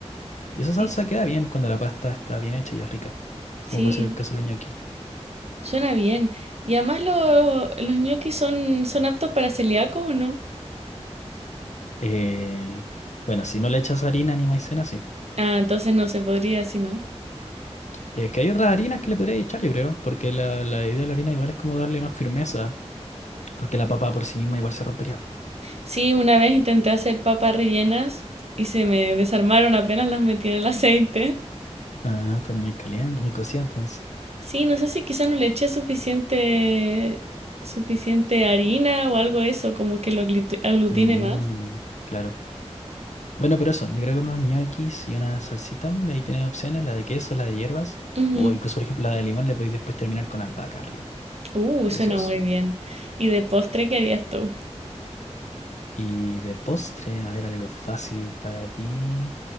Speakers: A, on the left (about 85°); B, on the right (about 65°).
A: Y esa salsa
B: sí,
A: queda bien cuando la pasta está bien hecha y es rica,
B: sí,
A: como puede ser el caso del ñoqui.
B: suena bien. Y además lo- los ñoquis son, son aptos para celíacos, ¿o no?
A: Eh, bueno, si no le echas harina ni maicena, sí.
B: Ah, entonces no se podría, si no.
A: Es que hay otras harinas que le podrías echar, yo creo, porque la, la idea de la harina igual es como darle más firmeza, porque la papa por sí misma igual se rompería. po.
B: Sí, una vez intenté hacer papas rellenas y se me desarmaron apenas las metí en el aceite.
A: Ah, están muy caliente, muy cocida entonces.
B: Sí, no sé si quizás no le eché suficiente, suficiente harina o algo de eso, como que lo agluti- aglutine
A: Mm,
B: más.
A: claro. Bueno, pero eso, yo creo que unos ñoquis y una salsita, de ahí tienes opciones, la de queso, la de hierbas,
B: Ujú.
A: o incluso, por ejemplo, la de limón, le podéis después terminar con albahaca arriba.
B: Uh,
A: Precioso.
B: suena muy bien. ¿Y de postre qué harías tú?
A: Y de postre, a ver, algo fácil para ti.